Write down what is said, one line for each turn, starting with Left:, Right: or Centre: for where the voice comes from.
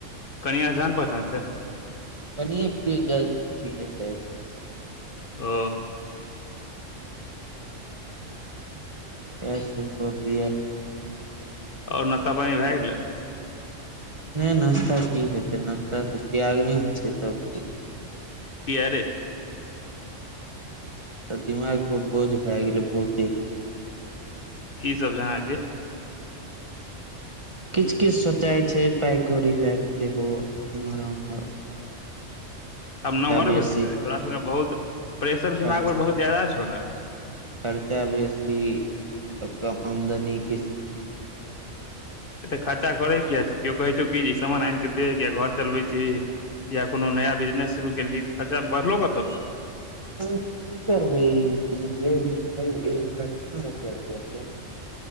Left: कनिया क जान पहचान छै
Right: कनिये के क्यो जज छियै सायद
Left: ओ
Right: यैह सब गप यै
Left: और नास्ता पानी भए गेलै
Right: नय न नाश्ता की हेतै नाश्ता सब त्यागने छियै सबकछु
Left: किया रे
Right: तऽ दिमाग पर बोझ भए गेलै बहुते किछ
Left: की सब जना कि
Right: किछ किछ सोचाय छै पाय कउरी लैक सेहो इम्हर आमहर
Left: हम नमहर
Right: बेसी
Left: भेलहि रे तोरा सबके बहुत प्रेशर
Right: खर्च
Left: दिमाग पर बहुत जादा छौ न रे
Right: खर्चा बेसी त कम आमदनी किछ
Left: एते खर्चा करै किया छी केओ कहौ छै की ज सामान आन कऽ दे य घर चलबै छी कियै कोनो नया बिजनेस शुरू केलही तऽ खर्चा बढ़लो कतौ स
Right: ह की करबै जे छै ओकरा केना रल <inaudible> जा